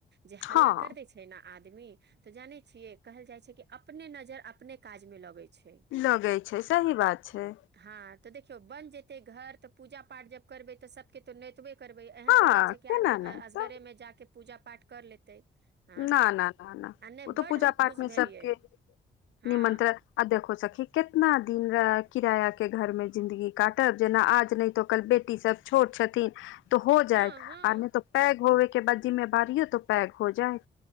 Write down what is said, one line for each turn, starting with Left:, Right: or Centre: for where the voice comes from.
Right: जे हल्ला
Left: हँ
Right: कर दै छै छै ने आदमी तऽ जाने छिये कहल जाय छै कि अपने नजर अपने काज में लगे छै
Left: लगै छै सही बात छै
Right: हँ तऽ देखियो बन जेते घर तऽ पूजा पाठ जब करबे तऽ सबके तो नोतबे करबै एहन
Left: हँ
Right: तऽ नहि छै
Left: केना
Right: कि आदमी
Left: नहि
Right: असगरेमे
Left: तऽ
Right: जााके पूजा पाठ कर लेतै हँ
Left: न न न न
Right: आ नहि
Left: ओ तऽ
Right: बड्ड
Left: पूजा
Right: हम
Left: पाठमे
Right: खुश भेलियै
Left: सबके
Right: हँ
Left: निमन्त्रण आ देखो सखी कितना दिन र किराया के घर मे जिंन्दगी काटब जेना आज नहि तो कल बेटी सब छोट छथिन तो हो जायत
Right: हँ हँ
Left: आर नहि तो पैग होवे के बदी मे बारियौ तो पैग हो जाय